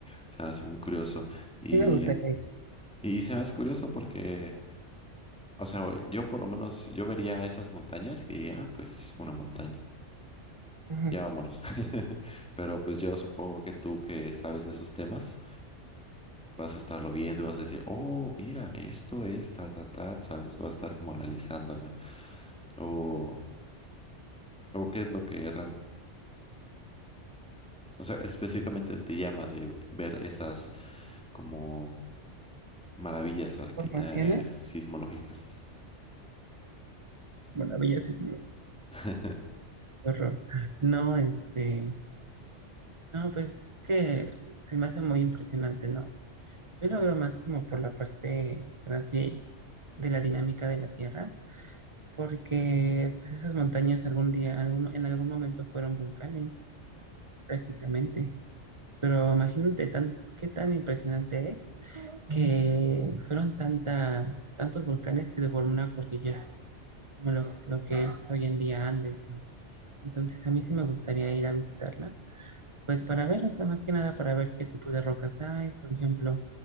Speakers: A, in the centre; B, on the right (about 25°).
A: Se me hace muy curioso y,
B: Sí me gustaría ir.
A: y se me hace curioso porque... O sea, yo por lo menos, yo vería esas montañas y diría, ah, pues una montaña.
B: Ujú.
A: Ya vámonos. <laughs> Pero pues yo supongo que tú que sabes de esos temas, vas a estarlo viendo y vas a decir, oh, mira, esto es tal, tal, tal, ¿sabes? Vas a estar como analizándola. O, o qué es lo que realmente, o sea, específicamente te llama de ver esas como maravillas arque-
B: Formaciones.
A: eh, sismológicas.
B: Bueno, belleza es Sismo,
A: <laughs>
B: qué horror. No, este, no, pues es que se me hace muy impresionante, ¿no? Yo lo veo más como por la parte, por así, de la dinámica de la Tierra, porque pues, esas montañas algún día, algún, en algún momento fueron volcanes, prácticamente. Pero imagínate tan, qué tan impresionante es que fueron tanta, tantos volcanes que deformó una cordillera, como lo, lo que es hoy en día Andes, ¿no? Entonces a mí sí me gustaría ir a visitarla Pues para ver, o sea, más que nada para ver qué tipo de rocas hay, por ejemplo,